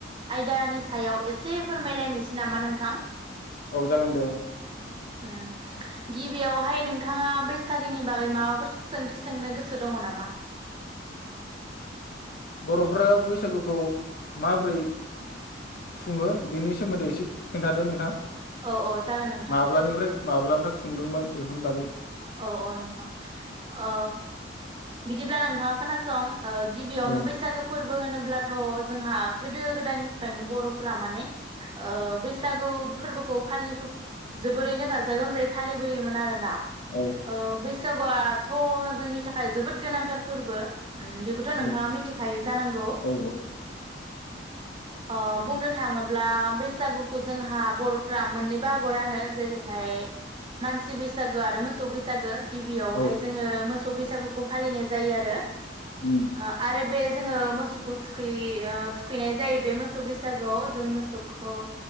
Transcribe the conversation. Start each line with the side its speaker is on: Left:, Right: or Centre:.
Right: आयदानि सायाव एसे फोरमायलायनोसै नामा नोंथां?
Left: औ जागोन दे औ
Right: ओ गिबियावहाय नोंथाङा बैसागोनि बागै माबाफोर सोंथि सोंनो गोसो दङ नामा?
Left: बर'फ्रा बैसागुखौ माब्रै खुङो बिनि सोमोन्दै एसे खिन्थादो नोंथाङा?
Right: औ औ जागोन नोंथां
Left: माब्लानिफ्राय माब्लानिफ्राय खुंदोंमोन बेफोरनि बागै।
Right: औ औ नोंथां ओ बिदिब्ला नोंथाङा खोनासं ओ गिबियावनो
Left: औ
Right: बैसागो फोरबो होनोब्ला ब्लाथ जोंहा गोदो गोदायनिफ्रायनो बर'फ्रा माने ओ बैसागु फोर्बोखौ फालिबो जोबोरैनो गाजा गोमजायै फालिबोयोमोन आरोना
Left: औ
Right: ओ बैसागुआ थ जोंनि थाखाय जोबोद गोनांथार फोर्बो। उम बेखौथ' नोंथाङा
Left: औ
Right: मिथिखायो जानांगौ?
Left: औ
Right: ओ बुंनो थाङोब्ला बैसागुखौ जोंहा बरफ्रा मोननै बाहागोआव रानो जेरैहाय मानसि बैसागो आरो मो सौ बैसागो।। गिबियावहाय
Left: औ
Right: जोङो मोसौ बै सागुखौ फालिनाय जायो आरो
Left: उम
Right: ओ आरो बे जोङो मोसौखौ थुखैै ओ थुख खैनाय जायो से मोसौ बैस बैसागुआव जों मोसौखौ